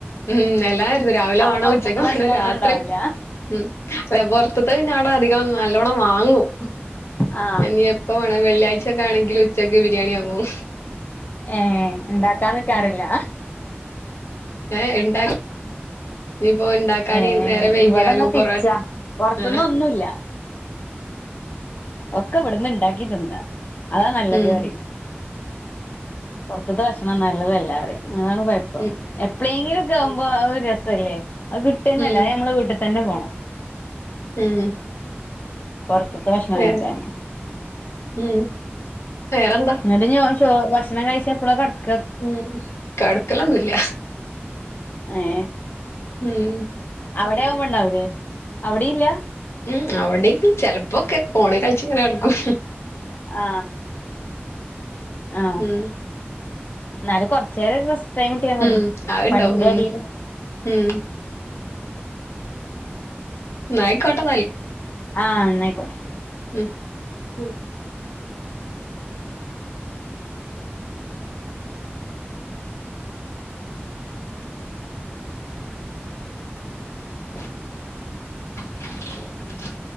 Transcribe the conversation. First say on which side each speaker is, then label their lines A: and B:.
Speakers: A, on the left; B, on the left.
A: ഉം എല്ലായിട്ത്തും രാവിലെ
B: അപ്പൊ
A: വാണം
B: പൊറത്തത്തെ
A: ഉച്ചക്ക് വാണം
B: ഭക്ഷണം ഒന്നും
A: രാത്രി
B: ഉണ്ടാവൂല
A: ഉം <unintelligible> പൊറ്ത്തത് പിന്നെ അടെ അധികം നല്ലോണം വാങ്ങും
B: ആ
A: ഇനി എപ്പ വേ വെള്ളിയാഴ്ചയക്കെ ആണെങ്കിൽ ഉച്ചക്ക് ബിരിയാണി അങ്ങും.
B: ഏ ണ്ടാക്കാനിക്കാറില്ല
A: ഏ എന്താണ്. ഇപ്പോ ഉണ്ടാക്കാൻ
B: ഏ
A: നേരെ വെയ്യിയാലു
B: ഇവിടെന്നാ
A: പൊറട്ട
B: തിരിച്ചാ പൊറത്ത്ന്ന്
A: ആ
B: ഒന്നുല്ല ഒക്കെ ഇവ്ട്ന്ന് ണ്ടാക്കി തിന്ന അതാ നല്ലത്
A: ഉം
B: റിയും പുറത്തത്തെ ഭക്ഷണം നല്ലതല അതാണ് കുഴപ്പം
A: ഉം
B: എപ്പളേങ്കിലൊക്കാവുമ്പോ അത് ഒരു രസല്ലേ അത് കിട്ടെന്നല്ല
A: ഉം
B: അത് നമ്മളെ വീട്ട്ത്തെന്നെ പോണം
A: ഉം
B: പൊർത്ത്ത്തെ ഭക്ഷണ
A: വേ
B: കഴിക്കാന്
A: ഉം വേറെന്താ
B: ന്നിട്ട് ഓ ചോ ഭക്ഷണം കഴിച്ചെപ്പളാ കെട
A: ഉം കെടക്കലൊന്നുല്ല
B: ഏ
A: ഉം
B: അവിടെ യാവുമ്പോ ഉണ്ടാവുലോ അവിടെ ഇല്ല.
A: ഉം അവിടിം ചെലപ്പോക്കെ ഫോണിൽ കളിച്ച് ഇങ്ങനെ എടുക്കും.
B: ആ ആ
A: ഉം
B: ന്നാലും കൊർച്ചേരൊരു റസ്റ്റ്‌ ടൈം ട്ട്യാ മതി
A: ഉം അത്ണ്ടാവും
B: പണിന്റെ
A: ഉം
B: എടെല്
A: ഉം നയിക്കോട്ട നാല്.
B: ആ ന്നയ്ക്കോട്ടെ
A: ഉം ഉം <unintelligible>